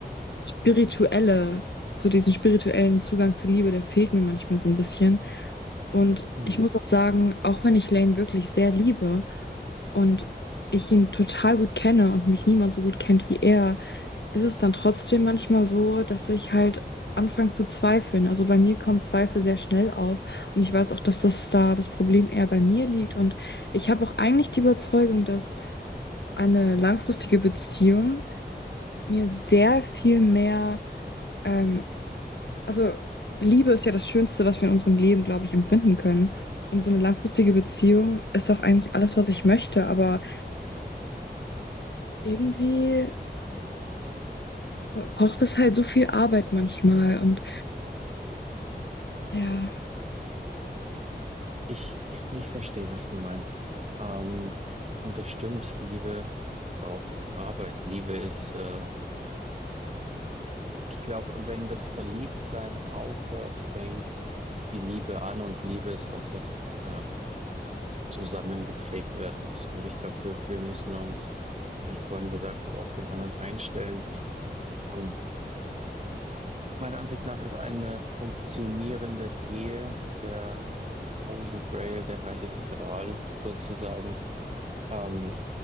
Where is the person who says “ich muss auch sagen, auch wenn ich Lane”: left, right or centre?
Left